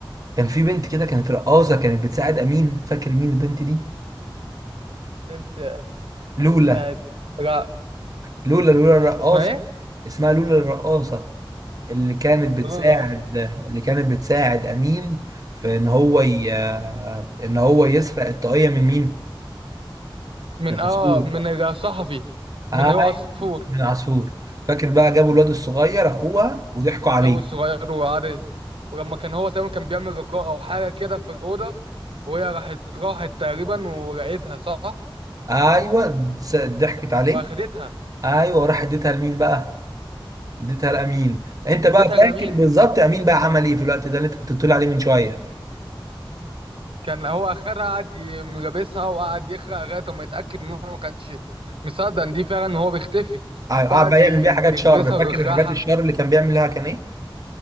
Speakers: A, on the right; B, on the right.
A: كان في بنت كده كانت رقاصة كانت بتساعد أمين فاكر مين البنت دي؟
B: بنت
A: لولا
B: بتساعد لا
A: لولا لولا الرقاصة
B: اسمها ايه؟
A: اسمها لولا الرقاصة اللي كانت بتساعد
B: جورج أس-
A: اللي كانت بتساعد أمين في إن هو ي... إن هو يسرق الطاقية من مين؟
B: من
A: من
B: اه
A: عصفور
B: من الصحفي
A: أيوة
B: من رؤى عصفور
A: من عصفور فاكر بقى جابوا الواد الصغير أخوها وضحكوا عليه
B: جو صغير وقعد ولما كان هو تقريبا كان بيعمل لقاء او حاجه كده في الاوضه وهي راحت راحت تقريبا ولقيتها صح
A: أيوة س- ضحكت عليه
B: واخدتها
A: أيوة وراح اديتها لمين بقى؟ اديتها لأمين أنت
B: واديتها
A: بقى فاكر
B: لامين
A: بالظبط أمين بقى عمل إيه في الوقت ده اللي أنت كنت بتقول عليه من شوية
B: كان هو اخدها قعد ملابسها وقعد يخرق لغايه ما يتاكد ان هو ما كانش مصدق ان دي فعلا هو بيختفي
A: قعد
B: فقعد
A: بقى
B: ي-
A: يعمل بيها حاجات
B: يلبسها
A: شر فاكر
B: ويخرعها
A: الحاجات الشر اللي كان بيعمل لها كان ايه؟